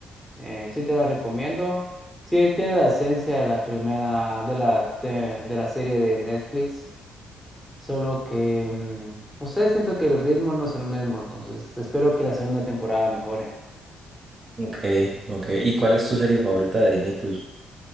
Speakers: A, in the centre; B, on the right.
A: Eh, sí te la recomiendo. Sí, tiene la esencia de la primera, de la, de de la serie de Netflix. Solo que, mm, no sé, siento que el ritmo no es el mismo, entonces espero que la segunda temporada mejore.
B: Ok, ok. ¿Y cuál es tu serie favorita de Disney Plus?